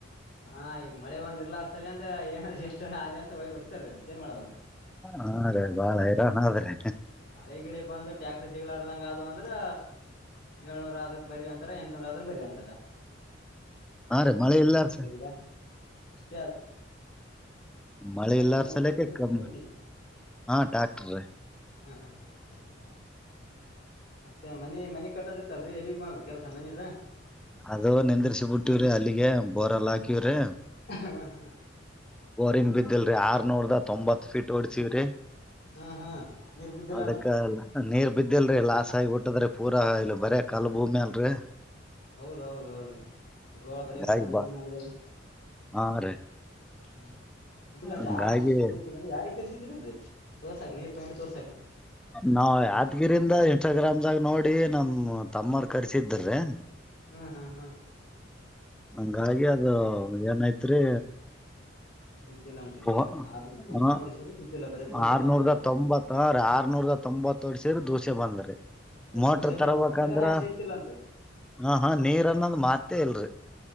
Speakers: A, on the left; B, in the centre.
A: ಹಾ ಈಗ ಮಳೆ ಒಂದ್ ಇರ್ಲಾರಸಲಿ ಅಂದ್ರ ಏನ್ ಎಷ್ಟಹನ ಆಲಿ ಅಂತ ಹೋಡೀಬಿಡ್. <unintelligible> ಏನ್ ಮಾಡದು
B: ಹಾ ರೀ ಬಾಳ ಹೈರಾಣ ಆದ್ರಿ
A: ಮಳೆಗಿಳೆ ಬಂದು ಟ್ಯಾಕ್ಟರ್ ಸಿಗ್ಲಾರದಂಗ ಅದ್ ಅಂದ್ರೆ ಏಳ್ನೂರ ಆದಕ್ ಬರಿ ಅಂತ ಎಂಟನೂರ ಆದ್ರ ಬರ್ರಿ ಅಂತರೆ
B: ಹಾ ರೀ ಮಳೆ ಇಲ್ಲಾರ್. ಚೆ
A: <unintelligible>
B: ಮಳೆ
A: ಟ್ಯಾಕ್ಟರ್
B: ಇಲ್ಲಾರ
A: ನಡಸದೇನ್ರಿ
B: ಸಲಯಕ್ಕೆ
A: ನಿಮ್ವರ್ಗ
B: ಕಮ್ಮಿ
A: ಹಿಂಗ
B: ಹಾ ಟ್ಯಾಕ್ಟ್ರ.
A: ಹಾ ಹಾ ಹಾ ಹಾ. ಮತ್ತೆ ಮನೆ ಮನೆ ಕಟ್ಟದತ್ತಲ್ರರಿ ಎಲ್ಲಿಗ್. <unintelligible> ಕೆಲಸ ಮನೆದು.
B: ಅದು ನೆಂದರ್ಸಿಬ ಬಿಟ್ಟವ್ರಿ ಅಲ್ಲಿಗೆ ಬೋರ್ ಎಲ್ಲ ಹಾಕಿದ್ರೆ.
A: ಹಾ ಹಾ.
B: ಬೋರಿಂಗ್ ಬಿದ್ದಿಲ್ರಿ ಆರ್ನೂರ್ದ ತೊತ್ ಫೀಟ್ ಓಡ್ಸಿವವ್ರೀ.
A: ಹಾ ಹಾ ನೀರ್ ಬಿದ್ದಿಲ್ಲನ್ರಿ
B: ಅದಕ್ಕ ನೀರ್ ಬಿದ್ದಿಲ್ರಿ ಲಾಸ್ ಆಗಿಬಟ್ಟದ್ರೆ. ಪೂರಾ ಇಲ್ಲಿ ಬರೆ ಕಾಲ್ ಭೂಮಿ ಅಲ್ರರಿ.
A: ಹೌದೌದೌದ್ರಿ ಸರ್ವಾಳ ಬರಿ
B: ಹಿಂಗಾಗಿ
A: ಕಲ್ಲು ಭೂಮಿನ
B: ಬಾ
A: ಆದ್ರೆ ಅದು.
B: ಹಾ ರೀ
A: ಹ್ಮ. <unintelligible>
B: ಹಂಗಾಗಿ
A: ಕರ್ಸಿದ್ರಿನ್ರಿ ತೋರ್ಸಾಕ್ ನೀರ್ ಪಾಯಿಂಟ್ ತೋರ್ಸಾಕ.
B: ನಾವ್ ಯಾದ್ಗಿರಿಂದ ಇನ್ಸ್ಟಾಗ್ರಾಮ್ದಾಗ ನೋಡಿ ನಮ್ ತಮ್ಮರ್ ಕರ್ಸಿದ್ರೀ.
A: ಹ್ಮ್ ಹ್ಮ್ ಹ್ಮ್
B: ಹಂಗಾಗಿ ಅದು ಏನ ಆಯ್ತ. ತ್ರೀ.
A: ಬಿದ್ದಿಲ್ಲನ್ರಿ
B: ಹೊ
A: ನೀರ್ ಆರ್ನೂರ್ ಫೂಟ್
B: ಹ
A: ತನ ಹೊಡಿಸಿರಿ ಬಿದ್ದಿಲ್ಲ ಬರೇ ದೂಸೆ
B: ಆರ್ನೂರದ
A: ಬಂದದನ್ರಿ
B: ತೊಂಬತ್ತ ರೀ ಆರ್ನೂರ ದ ತೊಂಬತ್ತಡ್ ಸೇರಿ ದೋಸ್. ಚೆ ಬಂದ್ರೆ.
A: ಬರೇ
B: ಮೋಟ್ರ
A: ದೂಸೆ
B: ತರಬೇಕಂದ್ರ
A: ಬಂದ ಒಂದ್ ತಟಗನ ಹಚ್ಚಿ ಎತ್ತಿಲ್ಲನ್ರಿ
B: ಹ ಹಾ ನೀರ್ ಅನ್ನೋದು ಮಾತ್. ತ್ತೆ ಎಲ್ರಿ.